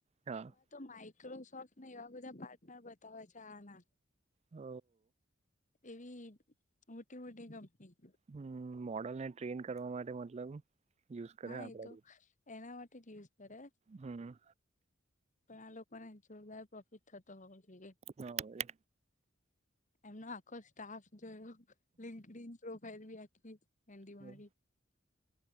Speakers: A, on the right; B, on the left.
A: હા
B: એમાં તો માઇક્રોસોફ્ટને એવા બધા પાર્ટનર બતાવે છે આના
A: હ
B: એવી મોટી મોટી કંપની
A: હમ મોડલ ને ટ્રેન કરવા માટે મતલબ યુઝ કરે
B: હા
A: આપડા
B: એ તો એના માટે જ યુઝ કરે
A: હમ્મ.
B: પણ આ લોકોને જોરદાર પ્રોફિટ થતો હોવો જોઈએ
A: હા એ
B: એમનો આખો સ્ટાફ જોયલો લિંક્ડઇન પ્રોફાઇલ બી આખી. એન્ડી મારી
A: હ